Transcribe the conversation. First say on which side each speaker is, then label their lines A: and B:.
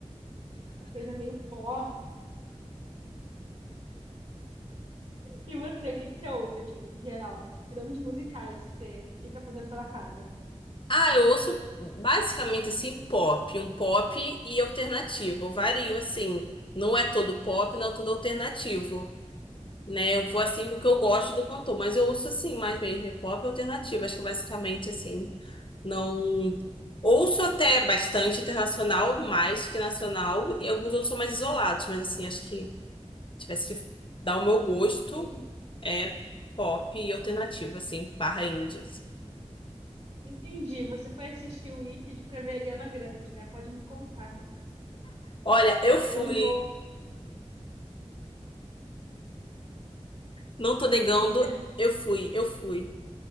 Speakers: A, on the right; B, on the left.
A: Uma coisa meio pó. E você, o que que você ouve, assim, em geral? Tirando os musicais que você fica fazendo pela casa.
B: Ah, eu ouço basicamente assim, pop, um pop e alternativo. Eu vario assim, não é todo pop, não é todo alternativo. né? Eu vou assim com o que eu gosto do cantor, mas eu ouço assim mais mesmo pop e alternativo, acho que basicamente assim, não ouço até bastante internacional, mais que nacional, e alguns outros são mais isolados, mas assim, acho que tivesse que dar o meu gosto
A: Tem-
B: é pop e alternativo, assim, barra indie. assim.
A: Entendi. Você foi assistir o Wicked pra ver a Ariana Grande, né? Pode me contar.
B: Olha, eu
A: Não
B: fui,
A: vou.
B: não tô negando,
A: Você foi, né?
B: eu fui, eu fui.